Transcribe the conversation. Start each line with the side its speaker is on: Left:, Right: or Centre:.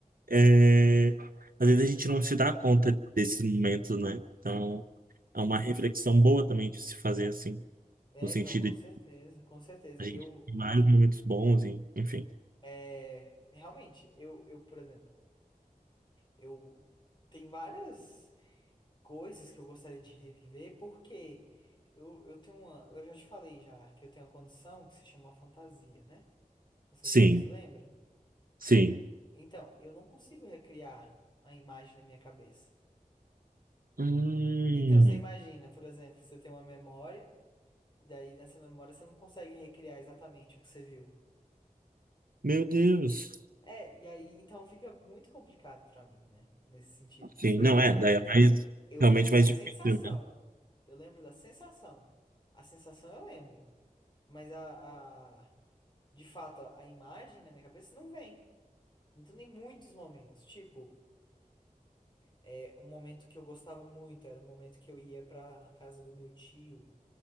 Right: é, às vezes a gente não se dá conta desses momentos, né? Então, é uma reflexão boa também de se fazer assim.
Left: é,
Right: No sentido
Left: não, com
Right: de
Left: certeza, com certeza.
Right: a
Left: Eu,
Right: gente tem vários momentos bons, e- enfim.
Left: é, realmente, eu, eu, por exemplo, eu tem várias. coisas que eu gostaria de reviver, porque eu, eu tenho uma. Eu já te falei já que eu tenho uma condição que se chama fantasia, né? Você
Right: Sim,
Left: sabe, você lembra?
Right: sim.
Left: Então, eu não consigo recriar a imagem na minha cabeça.
Right: Hum,
Left: Então, você imagina, por exemplo, você tem uma memória, e daí nessa memória você não consegue recriar exatamente o que você viu.
Right: meu Deus.
Left: É, e aí então fica muito complicado pra mim, né? Nesse sentido.
Right: Sim,
Left: Eu
Right: não
Left: lembro,
Right: é, daí é mais,
Left: eu
Right: realmente
Left: lembro da
Right: mais
Left: sensação.
Right: difícil, né?
Left: Eu lembro da sensação. A sensação eu lembro. Mas a, a- de fato, a a imagem na minha cabeça não vem. Então tem muitos momentos. Tipo, é, um momento que eu gostava muito era um momento que eu ia pra casa do meu tio,